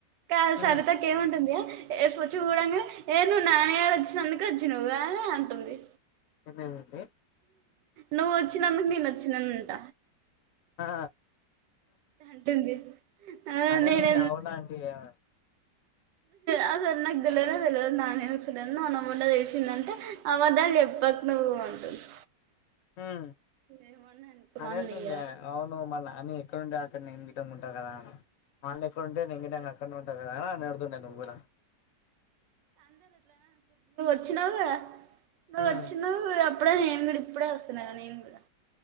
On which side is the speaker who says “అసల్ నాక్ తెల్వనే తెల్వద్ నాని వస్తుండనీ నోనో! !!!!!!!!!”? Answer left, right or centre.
Right